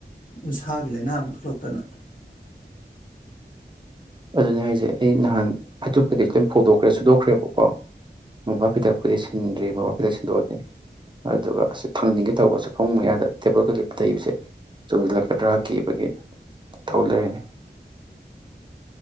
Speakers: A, on the left; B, on the right.
A: ꯎꯟꯁꯥꯒꯤ ꯂꯥꯏꯅꯥ ꯑꯃꯨꯛ ꯊꯣꯛꯂꯛꯇꯅ
B: ꯑꯗꯨꯅꯦ ꯍꯥꯏꯖꯦ ꯑꯩ ꯅꯍꯥꯟ ꯐꯩꯆꯨꯞ ꯀꯩꯀꯩꯁꯤꯗꯤ ꯑꯗꯨꯝ ꯐꯧꯗꯣꯛꯈ꯭ꯔꯦ ꯁꯨꯗꯣꯛꯈ꯭ꯔꯦꯕꯀꯣ ꯃꯣꯝꯄꯥꯛꯐꯤꯗꯥꯛꯄꯨꯗꯤ ꯁꯤꯟꯗ꯭ꯔꯤ ꯃꯣꯝꯄꯥꯛꯐꯤꯗꯛ ꯁꯤꯟꯗꯣꯛꯑꯅꯤ ꯑꯗꯨꯒ ꯑꯁ ꯊꯥꯡꯅꯤꯡꯒꯦ ꯇꯧꯕꯁꯦ ꯐꯃꯨꯡ ꯃꯌꯥꯗ ꯇꯦꯕꯜ ꯀꯩꯀꯩ ꯇꯩꯕꯁꯦ ꯆꯣꯡꯖꯤꯜꯂꯛꯀꯗ꯭ꯔꯥ ꯀꯤꯕꯒꯤ ꯇꯧ ꯂꯩꯔꯦꯅꯦ